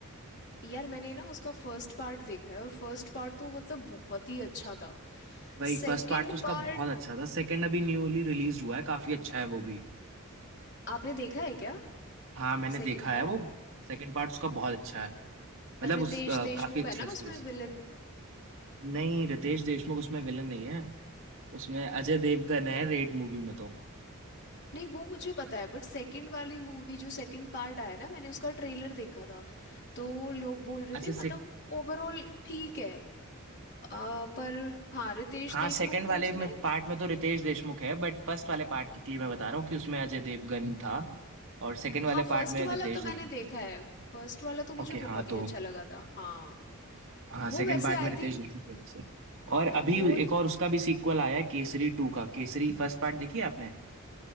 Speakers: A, on the left (about 55°); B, on the right (about 65°).
A: यार मैंने ना उसका फर्स्ट पार्ट देखा है और फर्स्ट पार्ट तो मतलब बहुत ही अच्छा था
B: भाई
A: सेकंड
B: फर्स्ट पार्ट तो उसका
A: पार्ट
B: बहुत अच्छा था सेकंड अभी न्यूली रिलीज हुआ है काफी अच्छा है वो भी
A: आपने देखा है क्या
B: हाँ मैंने
A: Second
B: देखा
A: part
B: है वो सेकंड पार्ट उसका बहुत अच्छा है मतलब
A: रितेश
B: उस अ,
A: देशमुख
B: काफी अच्छी
A: है ना
B: है उसकी
A: उसमें
B: वजह से
A: विलन
B: नहीं रितेश देशमुख उसमें विलन नहीं है उसमें अजय देवगन है रेड मूवी में तो
A: नहीं वो मुझे पता है बट सेकंड वाली मूवी जो सेकंड पार्ट आया ना मैंने उसका ट्रेलर देखा था तो लोग बोल रहे
B: अच्छा
A: थे मतलब
B: से
A: ओवरऑल ठीक है अ, पर हाँ रितेश
B: हाँ
A: देशमुख
B: सेकंड
A: को
B: वाले
A: उसमें
B: में पार्ट में तो रितेश देशमुख है बट फर्स्ट वाले पार्ट के लिए मैं बता रहा हूँ कि उसमें अजय देवगन था और सेकंड वाले
A: हाँ फर्स्ट
B: पार्ट में
A: वाला
B: रितेश
A: तो मैंने
B: देशमुख
A: देखा
B: है
A: है फर्स्ट वाला तो मुझे
B: ओके हाँ
A: बहुत ही
B: तो
A: अच्छा लगा था हाँ
B: हाँ
A: वो
B: सेकंड
A: वैसे
B: पार्ट
A: आई
B: में रितेश
A: थिंक
B: देशमुख थे वैसे और अभी
A: वो
B: एक और उसका भी सीक्वल आया है केसरी टू का केसरी फर्स्ट पार्ट देखी है आपने